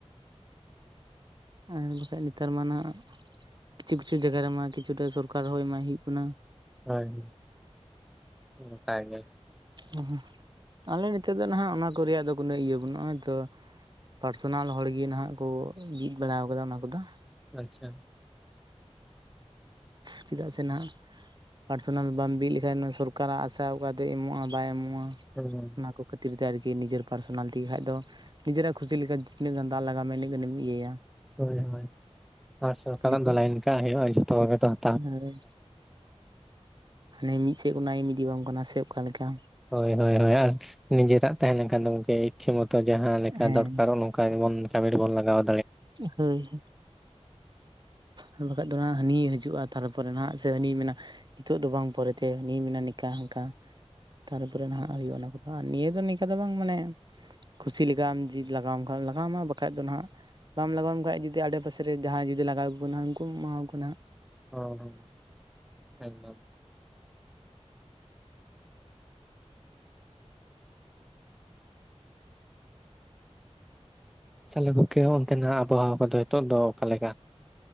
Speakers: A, on the right; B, in the centre.
A: ᱟᱨ ᱵᱟᱠᱷᱟᱡ ᱱᱮᱛᱟᱨ ᱢᱟ ᱱᱟᱜ ᱠᱤᱪᱷᱩ ᱠᱤᱪᱷᱩ ᱡᱟᱜᱟ ᱨᱮᱢᱟ ᱠᱤᱪᱷᱩᱴᱟ ᱥᱚᱨᱠᱟᱨ ᱦᱚᱸ ᱮᱢᱟᱭ ᱦᱩᱭᱩᱜ ᱠᱟᱱᱟ᱾
B: ᱦᱳᱭ ᱜᱚᱴᱟ ᱜᱮ᱾
A: ᱚᱦᱚᱸ ᱟᱞᱮ ᱱᱤᱛᱳ ᱫᱚ ᱱᱟᱦᱟᱜ ᱚᱱᱟ ᱠᱚ ᱨᱮᱭᱟᱜ ᱫᱚ ᱠᱳᱱᱚ ᱤᱭᱟᱹ ᱵᱟᱹᱱᱩᱜᱼᱟ, ᱱᱚᱜᱼᱚᱭ ᱛᱚ ᱯᱟᱨᱥᱚᱱᱟᱞ ᱦᱚᱲ ᱜᱮ ᱱᱟᱦᱟᱜ ᱠᱚ ᱵᱤᱫ ᱵᱟᱲᱟᱣ ᱟᱠᱟᱫᱟ ᱚᱱᱟ ᱠᱚᱫᱚ᱾
B: ᱟᱪᱪᱷᱟ
A: ᱪᱮᱫᱟᱜ ᱥᱮ ᱱᱟᱦᱟᱜ ᱯᱟᱨᱥᱚᱱᱟᱞ ᱵᱟᱢ ᱵᱤᱫ ᱞᱮᱠᱷᱟᱱ ᱥᱚᱨᱠᱟᱨᱟᱜ ᱟᱥᱟ ᱚᱠᱟ ᱫᱚ ᱮᱢᱚᱜᱼᱟ ᱵᱟᱭ ᱮᱢᱚᱜᱼᱟ
B: ᱦᱩᱸ
A: ᱚᱱᱟ ᱠᱚ ᱠᱷᱟᱹᱛᱤᱨ ᱛᱮ ᱟᱨᱠᱤ ᱱᱤᱡᱮᱨ ᱯᱟᱨᱥᱚᱱᱟᱞ ᱛᱤᱜ ᱠᱷᱟᱱ ᱫᱚ, ᱱᱤᱡᱮᱨᱟᱜ ᱠᱷᱩᱥᱤ ᱞᱮᱠᱟ ᱛᱤᱱᱟᱹᱜ ᱜᱟᱱ ᱫᱟᱞ ᱞᱟᱜᱟ ᱢᱮ ᱤᱱᱟᱹᱜ ᱜᱟᱱᱮᱢ ᱤᱭᱟᱹᱭᱟ᱾
B: ᱦᱳᱭ ᱦᱳᱭ ᱟᱨ ᱥᱚᱨᱠᱟᱨᱟᱜ
A: ᱫᱤᱠᱩ
B: ᱫᱚ ᱞᱟᱭᱤᱱ ᱠᱟᱜ ᱦᱩᱭᱩᱜᱼᱟ, ᱡᱷᱚᱛᱚ ᱜᱮ ᱛᱚ ᱦᱟ
A: ᱦᱳᱭ ᱦᱟᱱᱮ ᱢᱤᱜᱥᱮᱫ ᱠᱷᱚᱱᱟᱜᱮᱢ ᱤᱫᱤ ᱣᱟᱢ ᱠᱟᱱᱟ ᱥᱮ ᱚᱠᱟᱞᱮᱠᱟ?
B: ᱦᱳᱭ ᱦᱳᱭ ᱦᱳᱭ ᱟᱨ ᱡᱮᱴᱟᱜ ᱛᱟᱦᱮᱸ ᱞᱮᱱᱠᱷᱟᱱ ᱫᱚ ᱜᱚᱝᱠᱮ ᱤᱪᱪᱷᱟᱹ ᱢᱚᱛᱚ ᱡᱟᱦᱟᱸ ᱞᱮᱠᱟ
A: ᱦᱮᱸ
B: ᱫᱚᱨᱠᱟᱨ ᱟᱢᱟ ᱚᱱᱠᱟ ᱜᱮ ᱵᱚᱱ ᱠᱟᱹᱢᱤ ᱨᱮ ᱵᱚᱱ ᱞᱟᱜᱟᱣᱟ᱾
A: ᱦᱳᱭ ᱟᱨ ᱵᱟᱠᱷᱟᱱ ᱫᱚ ᱦᱟᱜ ᱦᱟᱱᱤᱭ ᱦᱤᱡᱩᱜᱼᱟ ᱛᱟᱨᱯᱚᱨᱮ ᱱᱟᱦᱟᱜ ᱥᱮ ᱦᱟᱹᱱᱤᱭ ᱢᱮᱱᱟ ᱱᱤᱛᱚᱜ ᱫᱚ ᱵᱟᱝ ᱯᱚᱨᱮᱛᱮ ᱦᱟᱹᱱᱤᱭ ᱢᱮᱱᱟ ᱚᱱᱠᱟ ᱦᱟᱱᱠᱟ ᱛᱟᱨᱯᱚᱨᱮ ᱱᱟᱦᱟᱜ ᱦᱩᱭᱩᱜᱼᱟ ᱚᱱᱟ ᱠᱚᱫᱚ ᱱᱤᱭᱟᱹ ᱫᱚ ᱱᱤᱝᱠᱟ ᱫᱚ ᱵᱟᱝ ᱢᱟᱱᱮ ᱠᱷᱩᱥᱤ ᱞᱮᱠᱟᱢ ᱡᱤᱵ ᱞᱟᱜᱟᱣᱟᱢ ᱠᱷᱟᱱ ᱞᱟᱜᱟᱣᱟᱢᱟ ᱵᱟᱠᱷᱟᱡ ᱫᱚ ᱦᱟᱸᱜ ᱵᱟᱢ ᱞᱟᱜᱟᱣᱟᱢ ᱠᱷᱟᱡ ᱡᱩᱫᱤ ᱟᱲᱮ ᱯᱟᱥᱮᱨᱮ ᱡᱟᱦᱟᱸᱭ ᱡᱩᱫᱤ ᱞᱟᱜᱟᱣ ᱟᱠᱚ ᱠᱟᱱᱟ ᱩᱱᱠᱩᱢ ᱮᱢᱟᱣᱟ ᱠᱚ ᱱᱟᱦᱟᱜ
B: ᱚ ᱦᱚ ᱮᱠᱫᱚᱢ ᱛᱟᱦᱞᱮ ᱜᱚᱝᱠᱮ ᱚᱱᱛᱮᱱᱟᱜ ᱟᱵᱚᱦᱟᱣᱟ ᱠᱚᱫᱚ ᱱᱤᱛᱚᱜ ᱫᱚ ᱚᱠᱟᱞᱮᱠᱟ?